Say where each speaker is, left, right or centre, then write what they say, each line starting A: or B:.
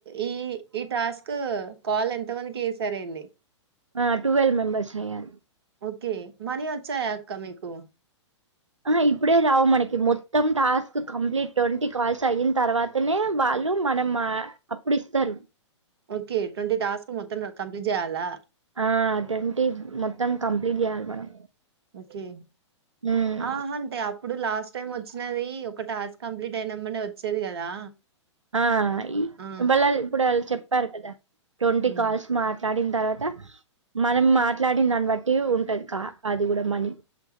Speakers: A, on the right (about 55°); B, on the right (about 80°).
A: ఈ ఈ టాస్క్ కాల్ ఎంత మందికి చేసారేంది
B: ఆ టువెల్వ్ మెంబెర్స్ అయ్యారు
A: ఓకే మనీ వచ్చా క్క మీకు
B: ఆ ఇప్పుడే రావు మనకి మొత్తం టాస్క్ కంప్లీట్ ట్వంటీ కాల్స్ అయిన తర్వాతనే వాళ్ళు మనం అప్పుడు ఇస్తారు
A: ఓకే ట్వంటీ టాస్క్ మొత్తం కంప్లీట్ చేయాలా
B: ఆ అటువంటి మొత్తం కంప్లీట్ చెయాలి మనం
A: ఓకే
B: ఉమ్,
A: ఆ అంటే అప్పుడు లాస్ట్ టైం వచ్చినది ఒక టాస్క్ కంప్లీట్ అయిన మనే వచ్చేది కదా
B: ఆహ్ ఇగ్
A: ఆ
B: మాళ్ళ ఇప్పుడు వాల్ చెప్ పరూకదా ట్వంటీ
A: హ్మ్.
B: కాల్స్ మా మాట్లాడిన తర్వాత. మనం మాట్లాడిన దాన్ని బట్టి ఉంటది. కా అది కూడా మనీ.